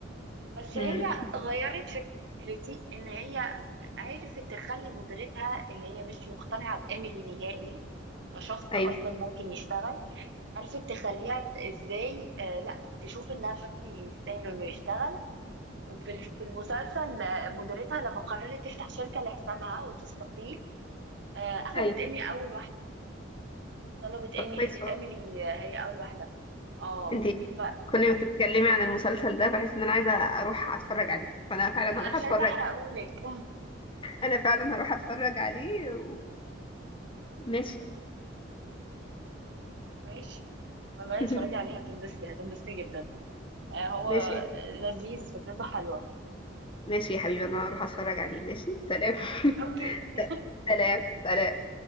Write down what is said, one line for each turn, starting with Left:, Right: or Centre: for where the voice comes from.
Right: بس
Left: امم
Right: هي غيرت فكرتي ان هي عرفت تخلي مديرتها اللي هي مش مقتنعة بإيميلي نهائي كشخص
Left: ايوه
Right: اصلا ممكن يشتغل عرفت تخليها ازاي آه لا تشوف انها شخص يستاهل انه يشتغل وفي ال- في المسلسل آه، مديرتها لما قررت تفتح شركة لحسابها وتستقيل آه، اخذت
Left: ايوه
Right: ايمي اول واحدة طلبت ايمي
Left: طب كويس
Right: هي
Left: والله
Right: ايميلي هي اول واحده اه
Left: انت
Right: فانا
Left: كل ما بتتكلمي عن المسلسل ده بحس ان انا عايزة اروح اتفرج عليه فانا فعلا هروح
Right: مش
Left: اتفرج
Right: عايزه احرقهولك
Left: انا فعلا هروح اتفرج عليه وماشي
Right: <laughs> ماشي والله
Left: <laughs>
Right: اتفرجي عليه هتنبسطي هتنبسطي جدا آه، هو
Left: ماشي
Right: لذيذ فكرته حلوه
Left: ماشي يا حبيبي انا هروح اتفرج عليه ماشي سلام
Right: اوكي
Left: <laughs> سلام سلام